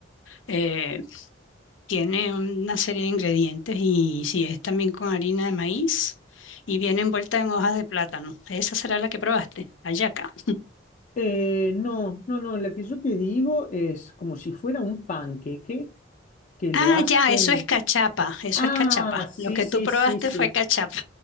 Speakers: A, on the left (about 85°); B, on the left (about 40°).
A: eh, tiene una serie de ingredientes y si es también con harina de maíz. Y viene envuelta en hojas de plátano. Esa será la que probaste, la yaca.
B: Eh, no, no, no, la que yo te digo es como si fuera un panqueque que lo
A: Ah,
B: hacen.
A: ya, eso es cachapa, eso
B: Ah,
A: es cachapa.
B: sí,
A: Lo que
B: sí,
A: tú probaste
B: sí, sí.
A: fue cachapa.